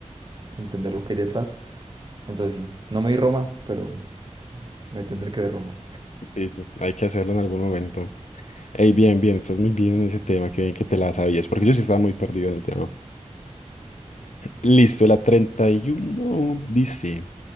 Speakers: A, on the right; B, on the left.
A: entender lo que hay detrás. Entonces sí, no me vi Roma, pero me tendré que ver Roma.
B: Sí, sí, hay que hacerlo en algún momento. Ey, bien, bien, estás muy bien en ese tema, qué bien que te la sabías, porque yo sí estaba muy perdido en el tema. Listo, la 31 dice,